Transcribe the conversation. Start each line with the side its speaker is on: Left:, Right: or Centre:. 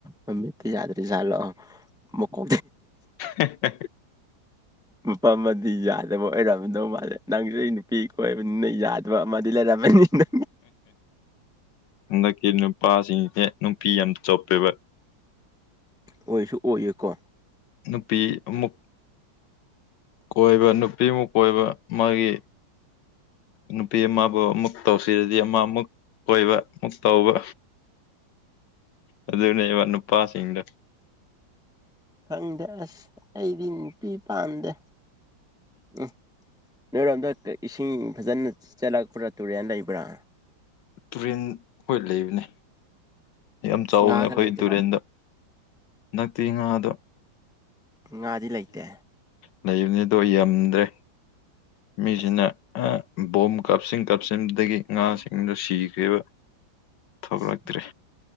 Centre: ꯃꯃꯤꯠꯇ ꯌꯥꯗ꯭ꯔꯔꯤ ꯖꯥꯠꯂꯣ ꯃꯀꯣ
Left: <inaudible>
Centre: ꯄ ꯃꯗꯤ ꯌꯥꯗ ꯂꯕ ꯑꯣꯏꯔꯝꯃꯗꯧ ꯃꯥꯜꯂꯦ ꯅꯪꯁꯨ ꯑꯩ ꯅꯨꯄꯤ ꯀꯣꯏꯕꯅꯤꯅ ꯌꯥꯗꯕ ꯑꯃꯗꯤ ꯂꯩꯔꯝꯃꯅꯤꯅ
Left: ꯍꯟꯗꯛꯀꯤ ꯅꯨꯄꯥꯁꯤꯡꯁꯦ ꯅꯨꯄꯤ ꯌꯥꯝ ꯆꯣꯞꯄꯦꯕ
Centre: ꯑꯣꯏꯁꯨ ꯑꯣꯏꯌꯦꯀꯣ
Left: ꯅꯨꯄꯤ ꯑꯃꯨꯛ ꯀꯣꯏꯕ ꯅꯨꯄꯤꯃꯨꯛ ꯀꯣꯏꯕ ꯃꯥꯒꯤ ꯅꯨꯄꯤ ꯑꯃꯕꯨ ꯑꯃꯃꯨꯛ ꯇꯧꯁꯤꯖꯤ ꯑꯃ ꯑꯃꯨꯛ ꯀꯣꯏꯕ ꯑꯃꯨꯛ ꯇꯧꯕ ꯑꯗꯨꯗꯅꯦ ꯋꯥ ꯅꯨꯄꯥꯥꯁꯤꯡꯗ
Centre: ꯈꯪꯗꯦ ꯑꯁ ꯑꯩꯗꯤ ꯅꯨꯄꯤ ꯄꯥꯟꯗꯦ ꯎꯝ ꯅꯣꯏꯔꯣꯝꯗ ꯏꯁꯤꯡ ꯐꯖꯅ ꯆꯠꯂꯛꯄ꯭ꯔꯥ ꯇꯨꯔꯦꯟ ꯂꯩꯕ꯭ꯔꯥ
Left: ꯇꯨꯔꯦꯟ ꯍꯣꯏ ꯂꯩꯕꯅꯦ ꯌꯥꯝ
Centre: ꯑꯁ
Left: ꯆꯥꯎꯋꯅꯤ
Centre: ꯉꯥꯒ
Left: ꯑꯩꯈꯣꯏ
Centre: ꯂꯩꯇ꯭ꯔꯣ
Left: ꯇꯨꯔꯦꯟꯗ ꯍꯛꯇꯤ ꯉꯥꯗ
Centre: ꯉꯥꯗꯤ ꯂꯩꯇꯦ
Left: ꯂꯩꯕꯅꯤꯗꯣ ꯌꯥꯝꯝꯗ꯭ꯔꯦ ꯃꯤꯖꯤꯅ
Centre: ꯑꯁ
Left: ꯑ ꯕꯣꯝ ꯀꯥꯞꯁꯤꯟ ꯀꯥꯞꯁꯤꯟꯕꯗꯒꯤ ꯉꯥꯁꯤꯡꯗꯨ ꯁꯤꯈ꯭ꯔꯤꯕ ꯊꯕ
Centre: ꯑꯁ
Left: ꯔꯗ꯭ꯔꯦ